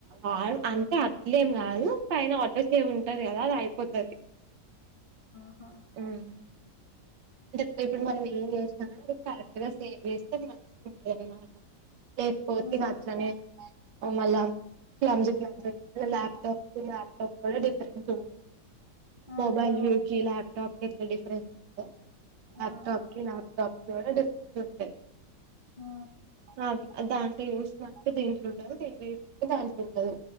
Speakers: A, on the right (about 85°); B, on the left (about 25°).
A: ఆ అంటే అట్లేం కాదు పైన ఆటో సేవ్ ఉంటది కదా అది అయిపోతది
B: ఆ
A: ఉమ్ అంటే ఇప్పుడు మనం ఏం చేసిన అది కరెక్ట్ గా సేవ్ చేస్తే మంచిగా ఉంటదన్నమాట చేసుకోవచ్చు
B: ఆ
A: ఇగా అట్లనే ఓ మళ్ళా క్లమ్జి క్లంజ ల్యాప్టాప్ ల్యాప్టాప్ కూడా డిఫరెన్స్ ఉంటదన్నమాట
B: అదే
A: మోబైల్
B: అవును
A: కి లాప్టాప్ ఎట్లా డిఫరెన్స్ ఉంటయో ల్యాప్టాప్
B: ఆ
A: కి ల్యాప్టాప్ కి కూడా డిఫరెన్స్ ఉంటాయి
B: ఆ
A: అది దాంట్లో చూసినట్టు దీంట్లో ఉండదు దీంట్లో చూసినట్టు దాంట్లో ఉండదు